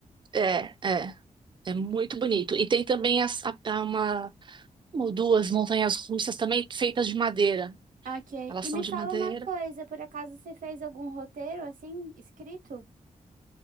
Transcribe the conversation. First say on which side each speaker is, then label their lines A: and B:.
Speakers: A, on the right; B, on the right.
A: É, é. É muito bonito. E tem também as, a- a- uma, uma ou duas montanhas russas também feitas de madeira.
B: ok.
A: Elas
B: E
A: são
B: me
A: de
B: fala
A: madeira.
B: uma coisa, por acaso você fez algum roteiro assim, escrito?